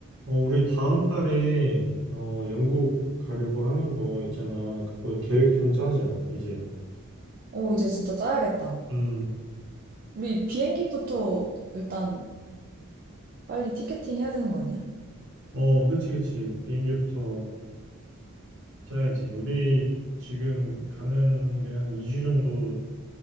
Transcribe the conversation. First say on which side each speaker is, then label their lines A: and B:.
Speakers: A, on the right (about 55°); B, on the right (about 40°).
A: 어, 우리 다음 달에 어, 영국 가려고 하는 거 있잖아. 그거 계획 좀 짜자, 이제.
B: 어, 이제 진짜 짜야겠다.
A: 음,
B: 우리 비행기부터 일단 빨리 티켓팅 해야 되는 거 아니야?
A: 어, 그치, 그치. 비행기부터 짜야지. 우리 지금 가는 게 한 2주 정도,